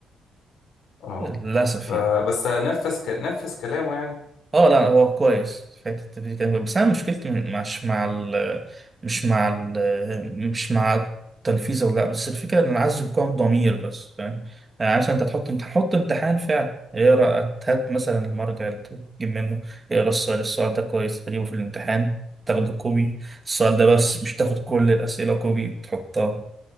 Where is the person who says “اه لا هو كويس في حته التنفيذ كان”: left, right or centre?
Right